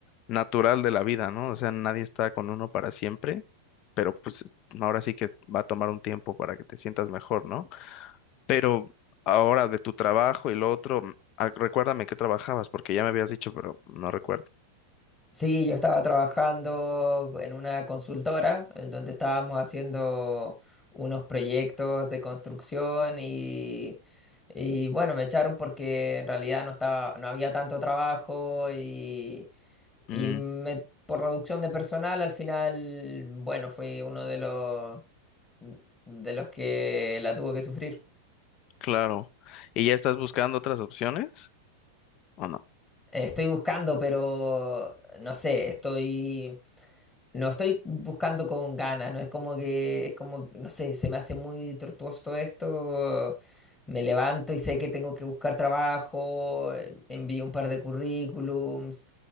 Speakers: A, on the left; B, on the left.
A: natural de la vida, ¿no? O sea, nadie está con uno para siempre, pero pues ahora sí que va a tomar un tiempo para que te sientas mejor, ¿no? Pero ahora de tu trabajo y lo otro, mm, ah, recuérdame qué trabajabas, porque ya me habías dicho, pero no recuerdo.
B: Sí, yo estaba trabajando en una consultora en donde estábamos haciendo unos proyectos de construcción y, y bueno, me echaron porque en realidad no estaba, no había tanto trabajo y Y
A: Mm,
B: me- por reducción de personal, al final, bueno, fui uno de los, de los que la tuvo que sufrir.
A: claro. ¿Y ya estás buscando otras opciones o no?
B: Eh, Estoy buscando, pero no sé, estoy, no estoy buscando con ganas, no es como que, es como, no sé, se me hace muy tortuoso todo esto. Me levanto y sé que tengo que buscar trabajo, eh, envío un par de currículums.